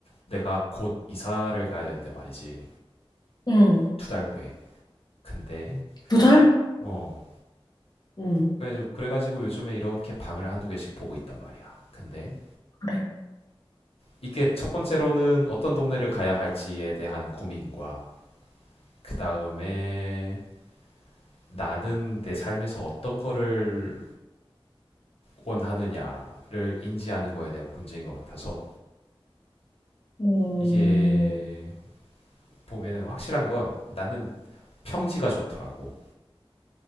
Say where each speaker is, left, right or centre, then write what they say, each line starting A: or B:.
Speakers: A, on the left; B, on the left.
A: 내가 곧 이사를 가야 되는데 말이지.
B: 응,
A: 두 달 후에. 근데
B: 두 달?
A: 어
B: 응.
A: 그래가지고, 그래가지고 요즘에 이렇게 방을 한두 개씩 보고 있단 말이야. 근데
B: 그래.
A: 이게 첫 번째로는 어떤 동네를 가야 할지에 대한 고민과 그 다음에 나는 내 삶에서 어떤 거를 원하느냐를 인지하는 거에 대한 문제인 것 같아서
B: 음,
A: 이게 보면은 확실한 건 나는 평지가 좋더라고.